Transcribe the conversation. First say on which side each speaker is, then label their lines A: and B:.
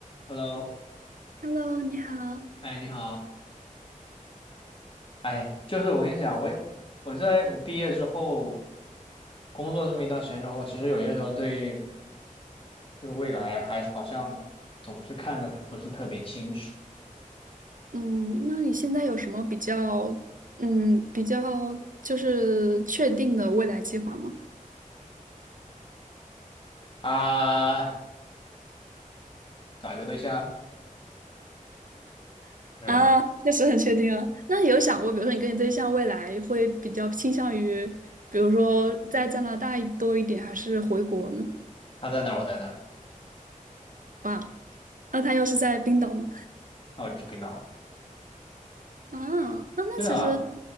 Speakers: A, on the left; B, on the right.
A: Hello，
B: Hello，你好。
A: 哎，你好，哎，就是我跟你讲，我也我在我毕业之后工作这么一段时间之后，其实有些时候对这个未来还是好像总是看的不是特别清楚
B: 嗯，那你现在有什么比较，嗯，比较就是确定的未来计划吗？
A: 啊。找一个对象是吧？
B: 啊，确实很确定啊。那你有想过，比如说你跟你对象未来会比较倾向于，比如说在加拿大多一点，还是回国呢？
A: 他在哪儿我在哪儿
B: 哇哦，那他要是在冰岛呢？
A: 那我就去冰岛了
B: 啊，那那其实，
A: 对啊，